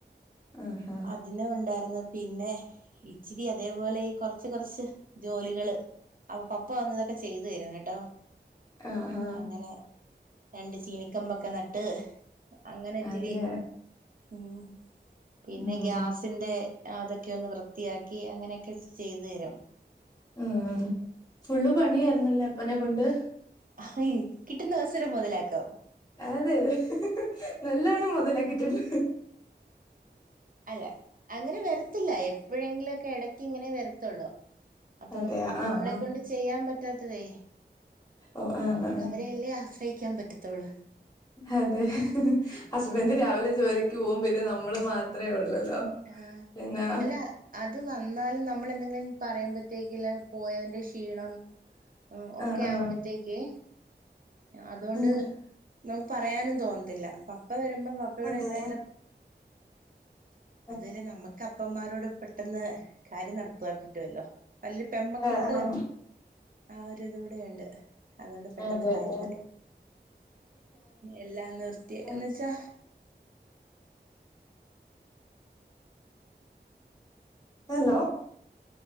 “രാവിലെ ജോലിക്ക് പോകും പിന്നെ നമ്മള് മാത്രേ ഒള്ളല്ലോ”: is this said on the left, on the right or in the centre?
Left